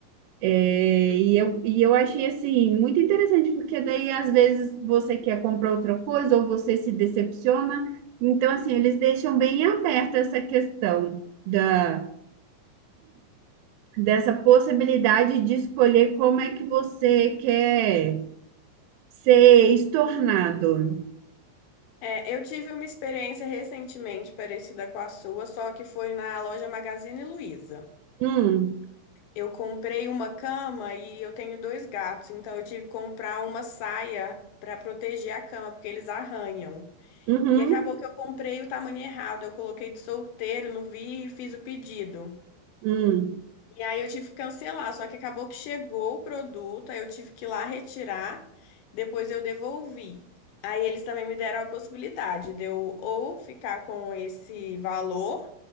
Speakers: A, on the right; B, on the left.
A: É,
B: Hum.
A: e eu, e eu achei assim muito interessante, porque daí às vezes você quer comprar outra coisa ou você se decepciona. Então, assim, eles deixam bem aberta essa questão da dessa possibilidade de escolher como é que você quer ser estornado.
B: É, eu tive uma experiência recentemente parecida com a sua, só que foi na loja Magazine Luiza.
A: Hum,
B: Eu comprei uma cama e eu tenho dois gatos, então eu tive que comprar uma saia para proteger a cama, porque eles arranham.
A: uhum,
B: E acabou que eu comprei o tamanho errado, eu coloquei de solteiro, não vi e fiz o pedido.
A: hum,
B: E aí eu tive que cancelar, só que acabou que chegou o produto, aí eu tive que ir lá retirar, depois eu devolvi. Aí eles também me deram a possibilidade de eu ou ficar com esse valor